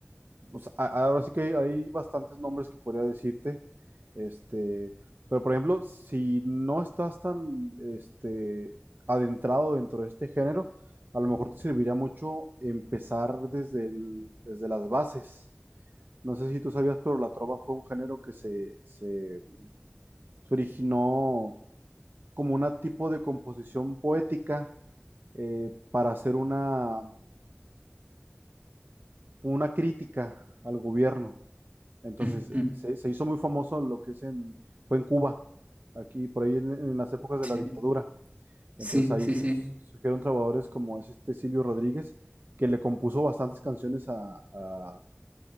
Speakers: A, on the right (about 55°); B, on the right (about 35°).
A: O sea, a- ahora sí que hay bastantes nombres que podría decirte. Este, pero por ejemplo, si no estás tan este, adentrado dentro de este género, a lo mejor te serviría mucho empezar desde el- desde las bases. No sé si tú sabías, pero la trova fue un género que se, se, se originó como un tipo de composición poética eh, para hacer una una crítica al gobierno. Entonces,
B: Mm, mm,
A: se, se hizo muy famoso lo que es en, fue en Cuba, aquí por ahí en, en las épocas de
B: Sí,
A: la dictadura.
B: sí,
A: Entonces ahí
B: sí,
A: sus-
B: sí.
A: surgieron trabajadores como es este Silvio Rodríguez, que le compuso bastantes canciones a, a-